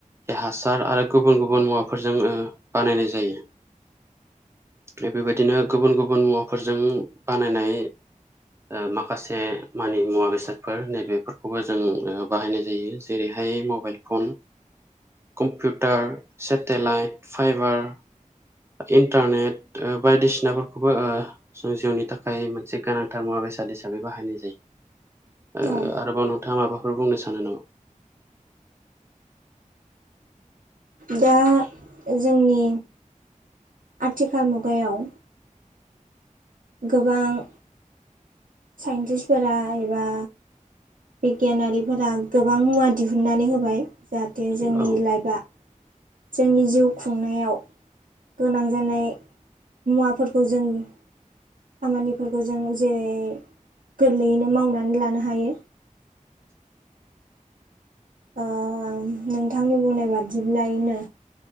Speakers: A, on the right; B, on the right.
A: हासार आरो गुबुन गुबुन मुवाफोरजों ओ बानायनाय जायो बेबायदिनो गुबुन गुबुन मुवाफोरजों बानायनाय ओ माखासे मानि मुवा बेसादफोर नैबेफोरखौबो जों बाहायनाय जायो जेरैहाय mobile phone computer satellite fibre internet बायदिसिनाफोरखौबो जों जिउनि थाखाय मोनसे गोनांथार मुवा बेसाद हिसाबै बाहायनाय जायो
B: औ
A: आरोबाव नोंथाङा माबा फोर बुंनो सानो नामा
B: दा जोंनि आथिखाल मुगायाव गोबां साइन्टिस्टफोरा एबा बिगियानारिफोरा गोबां मुवा दिहुननानै होबाय जाहाथे जोंनि
A: औ
B: लाइफआ जोंनि जिउ खुंनायाव गोनां जानाय मुवाफोरखौ जों खामानिफोरखौ जों जेरै गोरलैयैनो मावनानै लानो हायो
A: <inaudible>
B: ओ नोंथांनि बुंनाय बिदिब्लायैनो